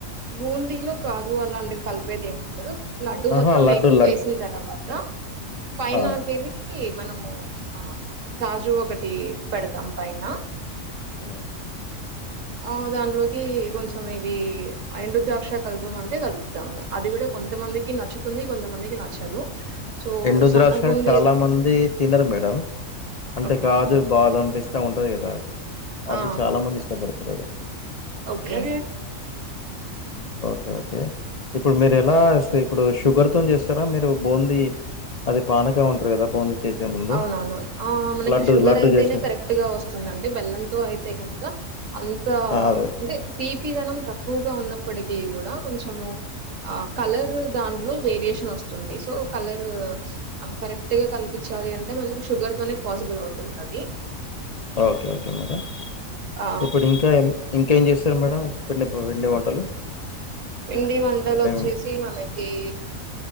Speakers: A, on the right (about 70°); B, on the left (about 50°).
A: బూందీలు కాజు అలాంటివి కలిపేది ఏముండదు లడ్డుూ
B: ఆహా
A: మొత్తం
B: లడ్డు
A: మేకింగ్
B: లడ్
A: చేసిన తర్వాత పైనకెళ్ళి
B: ఆ
A: మనము ఆ కాజు ఒకటి పెడతాం పైన
B: ఆ
A: ఆ దాన్ట్లోకి కొంచం ఇవి ఎండు ద్రాక్ష కల్పం అంటే కలుపుతాము అది కూడా కొంతమందికి నచ్చుతుంది కొంతమందికి నచ్చదు సో
B: ఎండు
A: సన్న
B: ద్రాక్ష
A: బూందీ
B: చాలా మంది తినరు మేడం అంటే
A: ఓకే
B: కాదు బాధ పంపిస్తు వస్తా ఉంటది కదా అవి
A: ఆ
B: చాలా మంది ఇష్టపడతారు అది
A: ఒకె
B: ఓకే ఓకే ఇప్పుడు మీరు ఎలా ఇప్పుడు షుగర్తో చేస్తారా మీరు బూందీ అది పానకం అంట్రు కదా బూందీ చేసే ముందు
A: అవునవునవును ఆ మనకి
B: లడ్డు
A: షుగర్
B: లడ్డు
A: అయితేనే
B: చేసే
A: కరెక్ట్ గా వస్తుందండి బెల్లంతో అయితే కనుక అంత
B: ఆ, అదే
A: అంటే తీపిదనం తక్కువగా ఉన్న ఇప్పటిక కూడా కొంచెము కలర్ దాంట్లో వేరియేషన్ వస్తుంది సో కలర్ కరెక్ట్ గా కనిపి చ్చాలి అంటే మనకి షుగర్ తోనే పాసిబుల్ అవుతుంది అది
B: ఓకే ఓకే మేడం
A: ఆ
B: ఇప్పుడు ఇంకా ఏం ఇంకేం చేస్తారు మేడండి వెండి వంటలు
A: పిండి వంటలు
B: మేము
A: ఒచ్చేసి మనకి